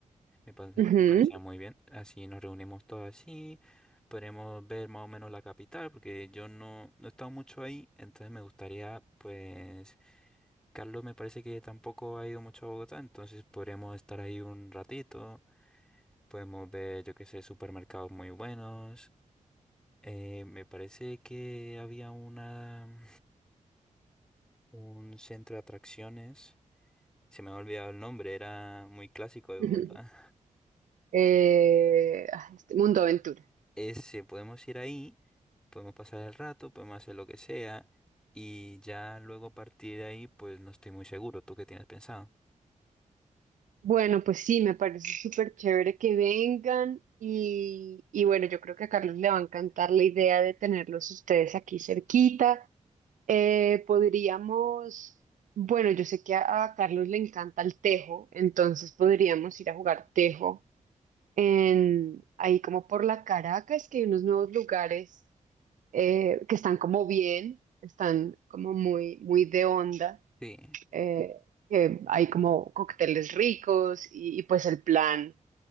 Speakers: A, in the centre; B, on the right.
A: Me parece-
B: Ujú,
A: me parecía muy bien. Así nos reunimos todos así. Podremos ver más o menos la capital, porque yo no, no he estado mucho ahí, entonces me gustaría, pues, Carlos me parece que tampoco ha ido mucho a Bogotá, entonces podremos estar ahí un ratito. Podemos ver, yo qué sé, supermercados muy buenos. Eh, me parece que había una, <laughs> un centro de atracciones. Se me ha olvidado el nombre, era muy clásico de Bogotá.
B: ujú. <laughs> Eh, ah, este mundo aventura.
A: <laughs> Ese, podemos ir ahí, podemos pasar el rato, podemos hacer lo que sea. Y ya luego a partir de ahí, pues no estoy muy seguro. ¿Tú qué tienes pensado?
B: Bueno, pues sí, me parece súper chévere que vengan y, y bueno, yo creo que a Carlos le va a encantar la idea de tenerlos ustedes aquí cerquita. Eh, podríamos, bueno, yo sé que a, a Carlos le encanta el tejo, entonces podríamos ir a jugar tejo en, ahí como por la Caracas, que hay unos nuevos lugares eh, que están como bien, están como muy, muy de onda
A: Sí,
B: eh, que hay como cócteles ricos y, y pues el plan,